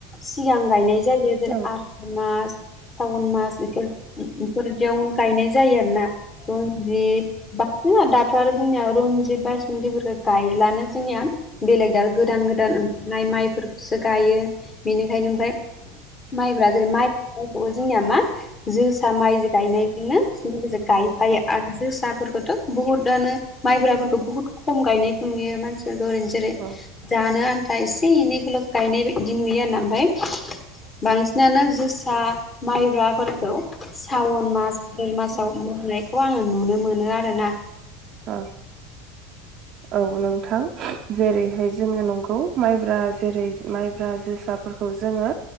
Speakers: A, on the left; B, on the right.
A: सिगां गायनाय जायो जेरै
B: औ
A: आसार मास सावन मासफोर इफोर-इफोरदियाव गायनाय जायो रनजित <unintelligible> बेथ' आरो जोंनिया रनजित बायसमथिफोरखौ गायलानो जोंनिया बेलग <unintelligible> गोदान गोदान ओंखारनाय माइ फोरखौसो गायो बेनिखायनो ओमफाय माइब्रा जेरै माइखौबो जोंनिया मा जोसा माइ गायनायजोंनो गायफायो आरो जोसाफोरखौ थ बुहुदानो माइब्राफोरखौ बहुत खम गायनाय नुयो मानसि फोरखौ ओरैनो जेरै
B: औ
A: जानो आनथा दा एसे एनैखौल' गायनाय बायदि नुयो आरोना ओमफाय बांसिनानो जोसा माइब्राफोरखौ सावन मास भादोर मासाव
B: औ
A: मावनाय खौ आङो नुनो मोनो आरोना <inaudible>
B: औ औ नोंथां जेरैहाय जोङो नंगौ माइब्रा जेरै माइब्रा जोसाफोरखौ जोङो